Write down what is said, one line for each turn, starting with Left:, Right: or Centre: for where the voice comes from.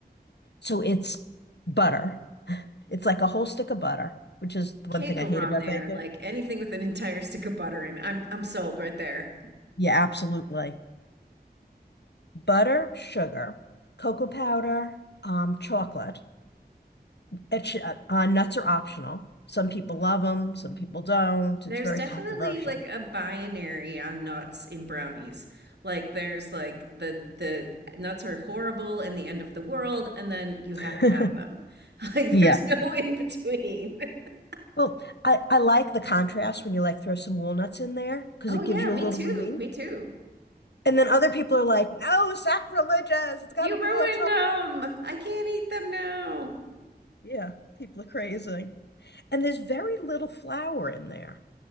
Left: So, it's butter. It's like a whole stick of butter, which is the
Right: Can't
Left: one thing
Right: go
Left: I hate
Right: wrong
Left: about
Right: there.
Left: bacon.
Right: Like anything with an entire stick of butter in, I'm I'm sold right there.
Left: Yeah, absolutely. Butter, sugar, cocoa powder, um, chocolate. It sh- uh, uh, nuts are optional. Some people love them, some people don't.
Right: There's
Left: It's very
Right: definitely
Left: controversial.
Right: like a binary on nuts in brownies. Like there's like the the nuts are horrible and the end of the world, and then you
Left: <laughs>
Right: have to have them. <laughs> Like
Left: Yeah.
Right: there's no in between. <laughs>
Left: Well, I, I like the contrast when you like throw some walnuts in there because
Right: Oh
Left: it
Right: yeah,
Left: gives you
Right: me
Left: a little
Right: too.
Left: relief.
Right: Me too.
Left: And then other people are like, no, sacrilegious. It's got
Right: You
Left: to be
Right: ruined
Left: all chocolate.
Right: them. I can't eat them now.
Left: Yeah, people are crazy. And there's very little flour in there.